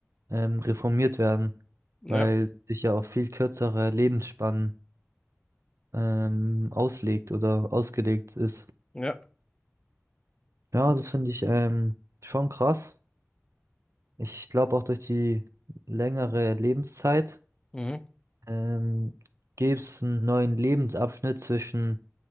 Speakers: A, on the right; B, on the left.
A: ähm, reformiert werden,
B: Ja,
A: weil sich ja auf viel kürzere Lebensspannen ähm, auslegt oder ausgelegt ist.
B: ja,
A: Ja, das finde ich ähm, schon krass. Ich glaube auch durch die längere Lebenszeit
B: mhm,
A: ähm, gäbe es einen neuen Lebensabschnitt zwischen